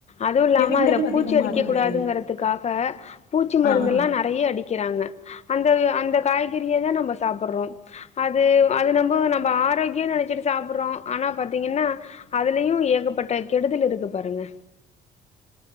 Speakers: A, on the left; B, on the left.
A: அதுவுயில்லாம
B: கெமிக்கல்ஸ்
A: அதல
B: அதிகமா
A: பூச்சி அடிக்க
B: இருக்கு
A: கூடாதுங்கறதுக்காக பூச்சி மருந்தெல்லா
B: ஆ
A: நறைய அடிக்கிறாங்க அந்த அந்த காய்கறியேதா நம்ப சாப்புட்றோ அது அது நம்ப நம்ம ஆரோக்கியோ நெனைச்சிட்டு சாப்புட்றோ ஆனா பாத்தீங்கன்னா அதுலயு ஏகப்பட்ட கெடுதல் இருக்கு பாருங்க